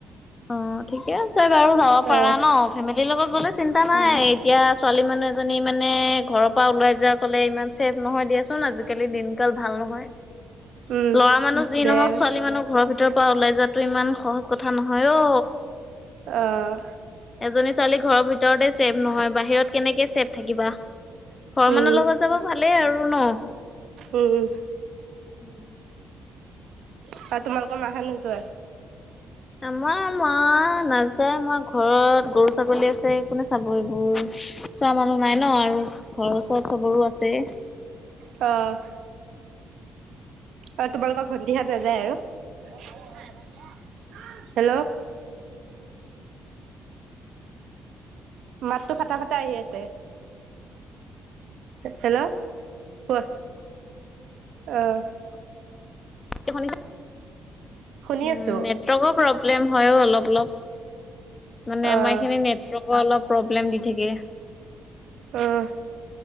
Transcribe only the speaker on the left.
অ', ঠিকে আছে বাৰু যাব পাৰা
ন, ফেমিলিৰ লগত গলে চিন্তা নাই। এতিয়া ছোৱালী মানুহ এজনী মানে ঘৰৰ পৰা ওলাই যোৱা ক'লে ইমান চছেফ নহয় দিয়াচোন আজি আজিকালি দিনকাল ভাল নহয়।
লৰা মানুহ যি
নহওক ছোৱালী মানুহ ঘৰৰ ভিতৰৰ পৰা ওলাই যোৱাাতটো ইমান সহজ কথা নহয় অ।
এজনী ছোৱালী ঘৰৰ ভিতৰতে চছেভ নহয় বাহিৰত কেনেকে চেফ থাকিবা ঘৰৰ
মানুহৰ লগত যাব ভালেই আৰু ন?
উম'।
মাৰ মা নাযায় মই ঘৰত গৰু ছাগলী আছে কোনে চাব এইবোৰ? চোৱা মানুহ নাই ন আৰু ঘৰৰ ওচৰত চবৰো আছে।
এ‌ হুনিলা <inaudible>
উম
নেটৱৰ্কৰ প্ৰব্লেম হয় অহ অলপ -অলপ। মানে
আমাৰ এই খিনি নেটৱৰ্ক অলপ প্ৰব্লেম দি থাকে।